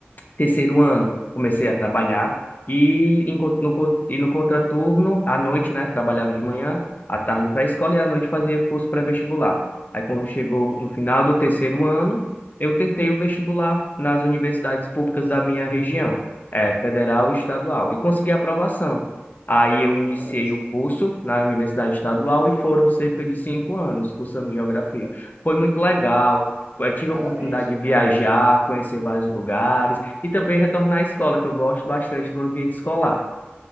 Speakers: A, on the left; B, on the right.
A: Terceiro ano, comecei a trabalhar e em co- no, co- e no contraturno, à noite, né? Trabalhava de manhã, à tarde para a escola e à noite fazia curso pré-vestibular. Aí, quando chegou
B: Ok,
A: no final do terceiro ano, eu tentei o vestibular nas universidades públicas da minha região, eh, federal e estadual, e consegui a aprovação. Aí, eu iniciei
B: olha só.
A: o curso na Universidade Estadual e foram cerca de cinco anos cursando geografia. Foi muito legal. Eu tive
B: Parabéns,
A: a oportunidade
B: viu?
A: de viajar, conhecer vários lugares e também retornar à escola, que eu gosto bastante do ambiente escolar.